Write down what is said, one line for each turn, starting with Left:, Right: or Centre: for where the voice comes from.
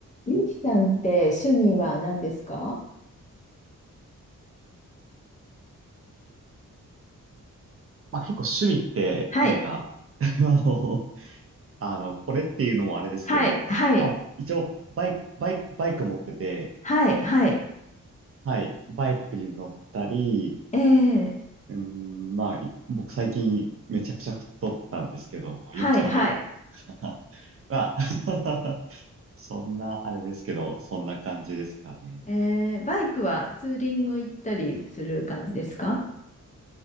Left: ゆきさんって趣味は何ですか
Right: まあ結構趣味って、
Left: はい、
Right: なんか <laughs> あの、あの、これっていうのもあれですけど、
Left: はい、はい、
Right: まあ、一応、バイク、バイク、バイク持ってて、
Left: はい、はい、
Right: はい、バイクに乗ったり、
Left: えー、
Right: うーん、まあ、僕最近めちゃくちゃ太ったんですけど、まあ、
Left: はい、
Right: よく食べることとか。
Left: はい。
Right: <laughs> まあ <laughs> そんな、あれですけど、そんな感じですかね。
Left: <laughs> えー、バイクはツーリング行ったりする感じですか